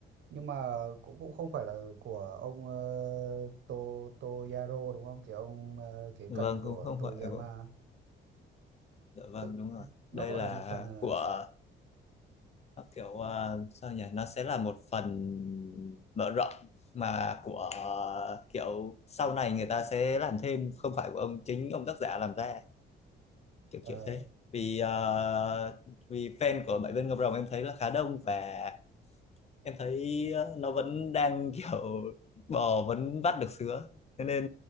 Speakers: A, on the right; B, on the left.
A: nhưng mà cũng cũng không phải là của ông ờ, To Toyaro đúng không? Cái ông ờ, kế
B: Vâng
A: cận của
B: cũng không
A: Toriyama.
B: phải của dạ vâng
A: Tức
B: đúng rồi.
A: nó
B: Đây
A: gọi
B: là
A: là một phần ờ,
B: của
A: s-
B: kiểu à, sao nhỉ nó sẽ là một phần mở rộng mà của uh, kiểu sau này người ta sẽ làm thêm không phải của ông chính ông tác giả làm ra kiểu
A: ờ,
B: kiểu thế vì à, vì fan của Bảy Viên Ngọc Rồng em thấy là khá đông và em thấy ờ, nó vẫn đang <laughs> kiểu bò vẫn vắt được sứa thế nên